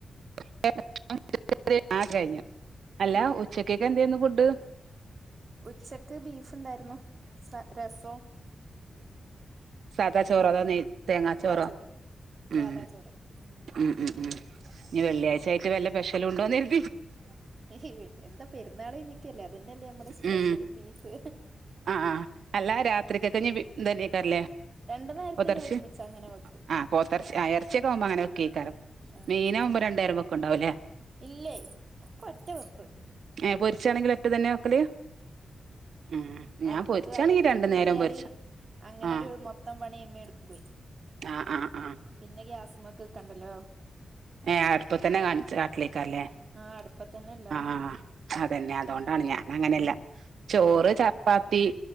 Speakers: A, on the right; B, on the right.
A: <unintelligible> ആ കഴ്ഞ്ഞു അല്ല ഉച്ചക്കെക്കെ എന്തേര്ന്നു ഫുഡ്
B: ഉച്ചക്ക് ബീഫ്ണ്ടായിരുന്നു സ രസോം
A: സാധാ ചോറോ അതോ നെയ് തേങ്ങാ ചോറോ
B: ചോറ് സാദാ
A: ഉം
B: ചോറ് ഉം
A: ഉ ഉ ഉ <inaudible> ഞ്ഞി വെള്ളിയാഴ്ച്ചയായ്ട്ട് വെല്ലഫെഷലും <unintelligible>
B: ഏ ഹേ എന്താ പെരുന്നാള്ഞ്ഞ്നിക്കല്ലേ അതിന്റെല് നമ്മെടെ സ്പെഷ്യല്
A: ഉം
B: ബീഫ്
A: ആ ആ അല്ല രാത്രിത്തേക്കെനി തെന്നേക്കാരം ല്ലേ
B: രണ്ടു നേരത്തിനും
A: പോത്തെറച്ചി
B: ഒരുമിച്ച് അങ്ങനെ വെക്കും
A: ആ പോത്തെറച്ചി ആ എറച്ചിയൊക്കെക്കാവുമ്പം അങ്ങനെ വെക്കേക്കാരം
B: ഉം
A: ലെ മീനാമ്പോ രണ്ടുനേരവെക്ക്ണ്ടാവും ല്ലേ
B: ഇല്ലേ ഒക്കെ ഒറ്റ വെപ്പ്
A: ഏ കുറച്ചണെങ്കിലും ഒറ്റതെന്നെ ക്കല് ഉം ഞാൻ
B: അടുപ്പത്താക്ക
A: പൊരിച്ചാണെങ്കി
B: തീ
A: രണ്ടു
B: പൂട്ടിയാല്
A: നേരം പൊരിച്ചും
B: അങ്ങനൊരു
A: ആഹ്
B: മൊത്തം പണിയമ്മ ഇടുക്കേ
A: ആഹ് ആഹ് ആഹ്
B: പിന്നെ ഗ്യാസ്മ്മക്ക് വെക്കണ്ടല്ലോ
A: ഏ അടുപ്പത്തെന്നെ കാണിച്ച് ആക്കലേക്കാരം ലെ
B: ആ അടുപ്പത്തന്നെ എല്ലാതും
A: ആ അതെന്നെ അതുകൊണ്ടാണ് ഞാൻ അങ്ങനെയല്ല. ചോറ്
B: ആ
A: ചപ്പാത്തി <unintelligible>